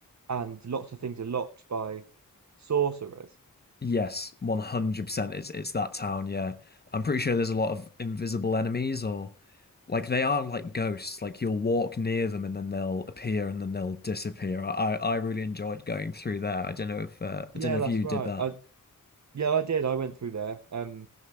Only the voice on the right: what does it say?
and lots of things are locked by sorcerers?
Yeah,
that's
right.
I yeah, I did. I went through there. Um.